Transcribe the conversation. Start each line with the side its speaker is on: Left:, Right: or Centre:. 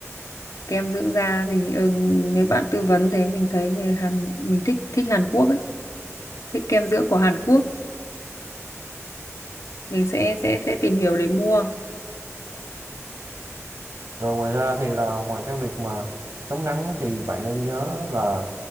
Left: Kem dưỡng da thì ừ, nếu bạn tư vấn thế mình thấy về Hàn mình thích thích Hàn Quốc ấy, thích kem dưỡng của Hàn Quốc, mình sẽ sẽ sẽ tìm hiểu để mua.
Right: Rồi ngoài ra thì là ngoài cái việc mà chống nắng thì bạn nên nhớ là